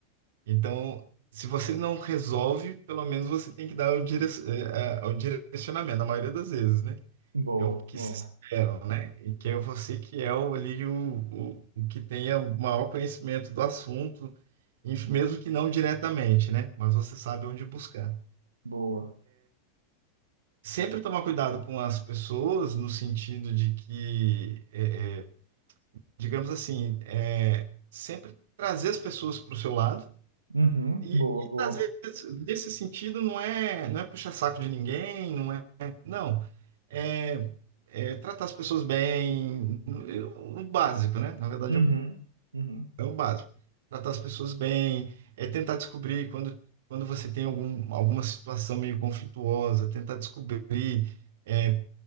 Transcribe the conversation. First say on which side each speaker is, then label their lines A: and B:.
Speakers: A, on the right (about 55°); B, on the right (about 75°).
A: Então, se você não resolve, pelo menos você tem que dar o, direc- eh, eh, o direcionamento, na maioria das vezes, né?
B: boa,
A: é o que
B: boa,
A: se espera, né? E que é você que é o, ali o, o, o que tenha o maior conhecimento do assunto, e mesmo que não diretamente, né? Mas você sabe onde buscar.
B: boa,
A: Sempre tomar cuidado com as pessoas, no sentido de que, é, é, digamos assim, é, sempre trazer as pessoas para o seu lado,
B: uhum,
A: E,
B: boa,
A: e,
B: boa,
A: às vezes, nesse sentido, não é, não é puxar saco de ninguém, não é. Não. É, é tratar as pessoas bem, o básico, né? Na verdade,
B: uhum, uhum,
A: é o básico. Tratar as pessoas bem, é tentar descobrir quando, quando você tem algum, alguma situação meio conflituosa, tentar descobrir, é,